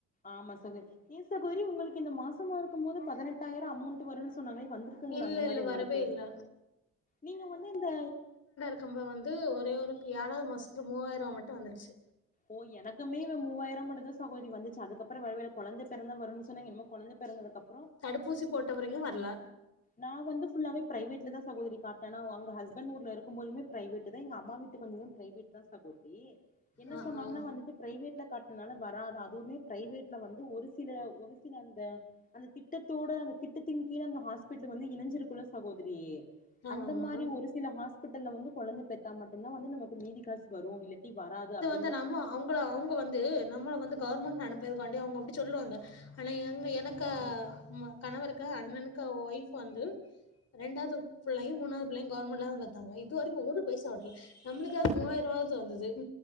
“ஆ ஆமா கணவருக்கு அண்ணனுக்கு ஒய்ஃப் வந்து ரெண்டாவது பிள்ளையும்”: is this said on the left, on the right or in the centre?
Left